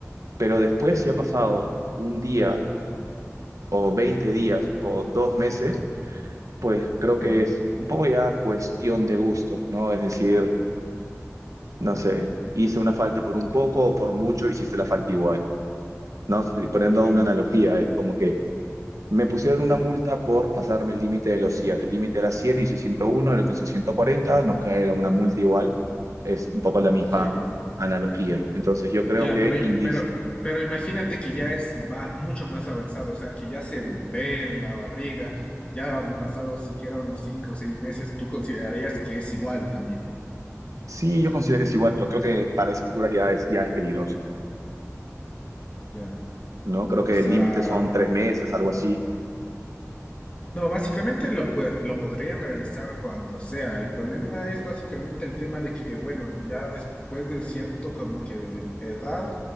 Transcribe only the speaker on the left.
ya,
sí,
ya,
sí.
Ya,
pero,
pero, pero imagínate que ya es va mucho más avanzado, o sea, que ya se ve en la barriga, ya han pasado siquiera unos cinco o seis meses, tú considerarías que es igual también,
ya.
O sea,
No, básicamente lo, pue- lo podrían realizar cuando sea. El problema es básicamente el tema de que, bueno, ya después de cierto como que edad,